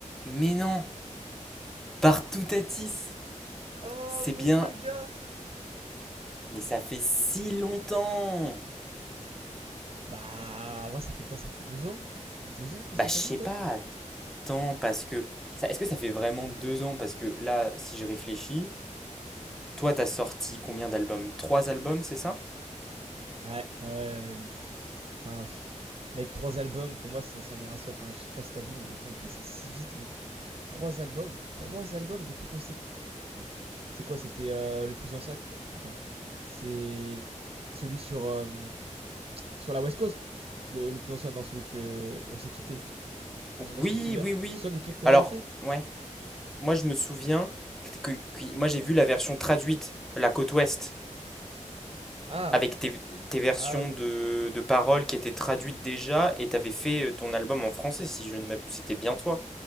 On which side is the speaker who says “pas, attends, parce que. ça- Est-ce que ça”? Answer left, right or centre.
Centre